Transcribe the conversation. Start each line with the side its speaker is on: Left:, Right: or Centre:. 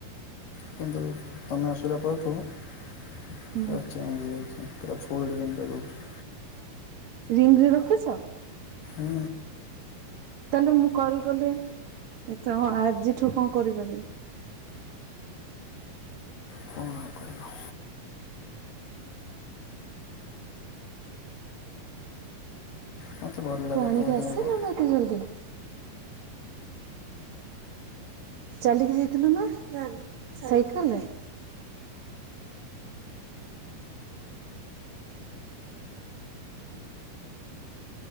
Left: କିନ୍ତୁ ତମେ ଆସିଲା ପରଠୁ ଏ
Right: ହୁଁ
Left: ଚେଞ୍ଜ ହେଇ ଯାଇଛି। ପୁରା ଫୁଲ ରେ ଯେମିତିଆ ରହୁଛି।
Right: ରିଙ୍ଗ ରେ ରଖୁଛ?
Left: ହୁଁ।
Right: ତାହେଲେ ମୁଁ କଲ କଲେ ଏ କଣ ଆଜିଠୁ କଣ କରିପାରିବି।
Left: କଣ ଆଉ କରିବ। ମୋତେ ଭଲ ଲାଗେ
Right: ତୁ ଆଣିକି
Left: ତମ ସାଙ୍ଗରେ
Right: ଆସିଲୁ ନା ଏତେ ଯଲଦି? ଚାଲିକି ଯାଇଥିଲୁ ନା ସାଇକେଲ?